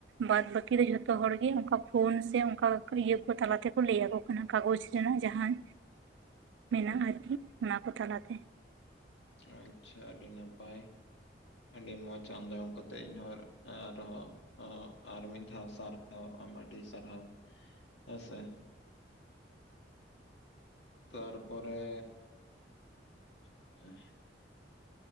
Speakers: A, on the right (about 85°); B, on the left (about 80°).
A: ᱵᱟᱫ ᱵᱟᱹᱠᱤ ᱫᱚ ᱡᱷᱚᱛᱚ ᱦᱚᱲᱜᱮ ᱚᱝᱠᱟ ᱯᱷᱳᱱ ᱥᱮ ᱚᱝᱠᱟ ᱤᱭᱟᱹ ᱠᱚ ᱛᱟᱞᱟᱛᱮᱠᱚ ᱞᱟᱹᱭᱟᱠᱚ ᱠᱟᱱᱟ᱾ ᱠᱟᱜᱚᱡᱽ ᱨᱮᱱᱟᱜ ᱡᱟᱸᱦᱟᱟᱱ ᱢᱮᱱᱟᱜᱼᱟ, ᱟᱨᱠᱤ ᱚᱱᱟ ᱠᱚ ᱛᱟᱞᱟᱛᱮ
B: ᱟᱪᱷᱟ ᱟᱹᱰᱤ ᱱᱟᱯᱟᱭ ᱟᱹᱰᱤ ᱢᱚᱸᱡᱽ <unintelligible> ᱠᱟᱛᱮᱜ ᱤᱧᱦᱸ ᱟᱨᱦᱚᱸ ᱦᱚᱸ ᱟᱨ ᱢᱤᱫ ᱫᱷᱟᱣ ᱥᱟᱨᱦᱟᱣ ᱟᱢ ᱟᱹᱰᱤ ᱥᱟᱨᱦᱟᱣ ᱦᱮᱸᱥᱮ ᱛᱟᱨ ᱯᱚᱨᱮ <unintelligible>